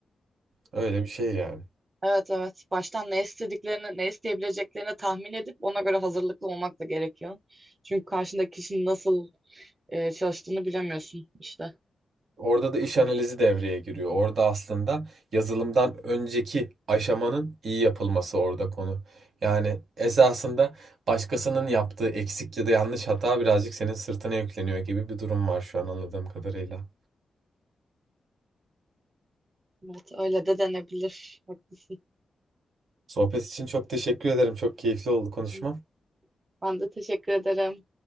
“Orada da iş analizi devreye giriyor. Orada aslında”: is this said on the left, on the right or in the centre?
Right